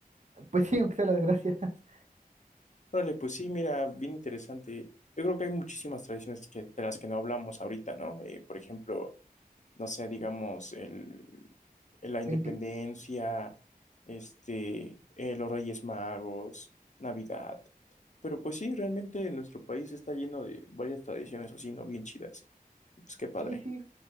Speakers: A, on the right; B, on the left.
A: Pues sí, aunque sea las gracias. <laughs>
B: Vale, pues sí, mira, bien interesante. Yo creo que hay muchísimas tradiciones que, de las que no hablamos ahorita, ¿no? Eh, por ejemplo, no sé, digamos, el, la independencia,
A: 20
B: este, eh, los Reyes Magos, Navidad. Pero pues sí, realmente nuestro país está lleno de varias tradiciones así, ¿no? Bien chidas. Y pues qué padre.
A: Sí, sí,